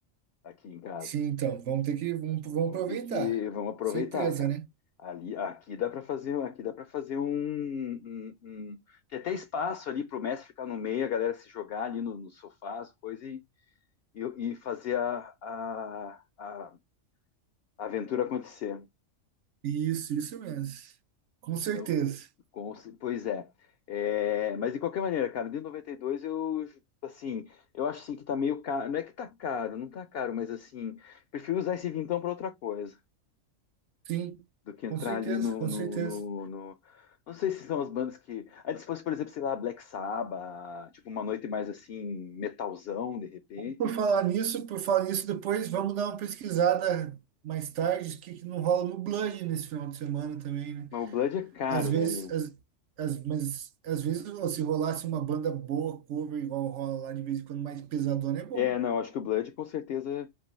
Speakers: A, on the left; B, on the right.
A: aqui em casa.
B: Sim, então, vamos ter que, vamos, vamos
A: Vamos
B: aproveitar.
A: ter que. Vamos aproveitar,
B: Certeza,
A: cara.
B: né?
A: Ali, aqui dá para fazer, aqui dá para fazer um, um- um- tem até espaço ali para o mestre ficar no meio, a galera se jogar ali no, no sofá, as coisas e, e, e fazer a, a, a a aventura acontecer.
B: Isso, isso mesmo. Com certeza.
A: Então, Com ce- pois é. É, mas de qualquer maneira, cara, de 92 eu assim, eu acho assim que tá meio caro. Não é que tá caro, não tá caro, mas assim, prefiro usar esse vintão pra outra coisa
B: Sim,
A: do que entrar
B: com certeza,
A: ali no,
B: com
A: no,
B: certeza.
A: no, no- Não sei se são as bandas que. Antes fosse, por exemplo, sei lá, Black Sabbath, tipo uma noite mais assim, metalzão, de repente.
B: Por falar nisso, por falar nisso, depois vamos dar uma pesquisada mais tarde, o que que não rola no Blood nesse final de semana também, né?
A: Mas o Blood é caro,
B: Às vezes,
A: né, meu?
B: às, às- mas às vezes ó, se rolasse uma banda boa, cover igual rola lá de vez em quando, mais pesadona é bom.
A: É, não, acho que o Blood com certeza